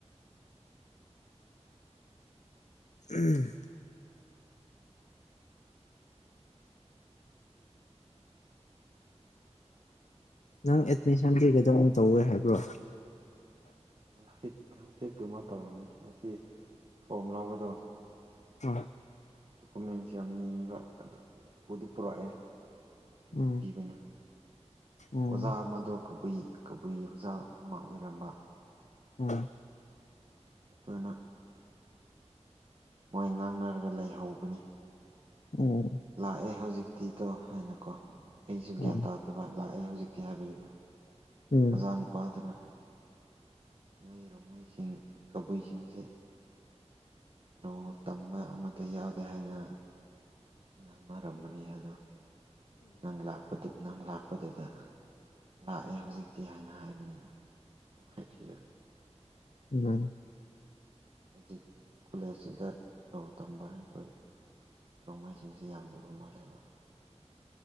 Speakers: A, on the left; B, on the right.
A: ꯎꯝ ꯅꯪ ꯑꯦꯠꯃꯤꯁꯟ ꯄꯤꯒꯗꯧꯅ ꯇꯧꯋꯦ ꯍꯥꯏꯕ꯭ꯔꯣ
B: ꯍꯪꯆꯤꯠ ꯍꯥꯡꯆꯤꯠꯀꯨꯝꯕ ꯇꯧꯔꯅꯤ ꯉꯁꯤ ꯐꯣꯝ ꯂꯧꯕꯗꯣ
A: ꯎ
B: ꯗꯣꯀꯨꯃꯦꯟꯁ ꯌꯥꯝ ꯅꯤꯕ ꯑꯗꯣ ꯑꯩ ꯄꯨꯗꯤ ꯄꯨꯔꯛꯑꯦ ꯄꯤꯗꯤ
A: ꯎꯝ
B: ꯄꯤꯕꯅ
A: ꯎꯝ
B: ꯑꯣꯖꯥ ꯑꯃꯗꯣ ꯀꯕꯨꯏ ꯀꯕꯨꯏ ꯑꯣꯖꯥ ꯑꯃ ꯑꯣꯏꯔꯝꯕ
A: ꯎꯝ
B: ꯑꯇꯨꯅ ꯃꯣꯏ ꯉꯥꯡꯅꯔꯒ ꯂꯩꯍꯧꯕꯅꯤ
A: ꯎꯝ
B: ꯂꯥꯛꯑꯦ ꯍꯧꯖꯤꯛꯇꯤꯗꯣ ꯍꯥꯏꯅꯀꯣ ꯑꯩꯁꯨ
A: ꯎꯝ
B: ꯒ꯭ꯌꯥꯟ ꯇꯥꯗꯕ ꯂꯥꯛꯑꯦ ꯍꯧꯖꯤꯛꯇꯤ ꯍꯥꯏꯕꯗꯨꯗ
A: ꯎꯝ
B: ꯑꯣꯖꯥ ꯅꯨꯄꯥꯗꯅ ꯅꯣꯏ ꯔꯣꯡꯃꯩꯁꯤꯡ ꯀꯕꯨꯏꯁꯤꯡꯁꯦ ꯂꯣ ꯇꯝꯕ ꯑꯃꯠꯇ ꯌꯥꯎꯗꯦ ꯍꯥꯏꯅ ꯉꯥꯡꯅꯔꯝꯕꯅꯤ ꯑꯗꯣ ꯅꯪ ꯂꯥꯛꯄꯗ ꯅꯪ ꯂꯥꯛꯄꯗꯨꯗ ꯂꯥꯛꯑꯦ ꯍꯧꯖꯤꯛꯇꯤ ꯍꯥꯏꯅ ꯍꯥꯏꯕꯅꯤꯅ ꯄꯡꯈꯠꯈꯤꯦ
A: ꯍ
B: ꯍꯧꯖꯤꯛ ꯀꯣꯂꯦꯖꯇꯨꯗ ꯂꯣ ꯇꯝꯕ ꯑꯩꯈꯣꯏ ꯔꯣꯡꯃꯩꯁꯤꯡꯁꯤ ꯌꯥꯝꯗꯕ ꯃꯥꯜꯂꯦꯕ